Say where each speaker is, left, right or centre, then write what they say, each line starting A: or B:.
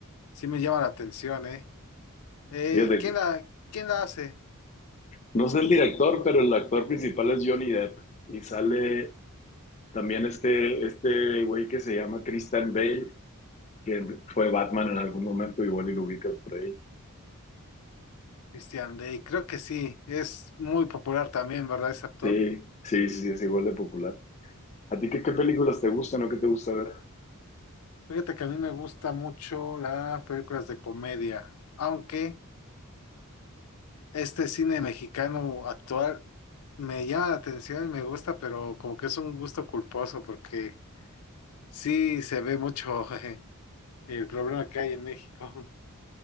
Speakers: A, on the left; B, on the left.
A: sí me llama la atención, ¿eh? Eh,
B: Fíjate,
A: ¿quién la, quién la hace?
B: no sé el director, pero el actor principal es Johnny Depp y sale también este, este güey que se llama Christian Bale que fue Batman en algún momento, igual y lo ubicas por ahí.
A: Christian Day Creo que sí. Es muy popular también, ¿verdad? Ese actor.
B: Sí, sí, sí, sí, es igual de popular. ¿A ti qué, qué películas te gustan o qué te gusta ver?
A: Fíjate que a mí me gusta mucho las películas de comedia, aunque este cine mexicano actual me llama la atención, me gusta, pero como que es un gusto culposo porque sí se ve mucho <laughs> eh, el problema que hay en México. <laughs>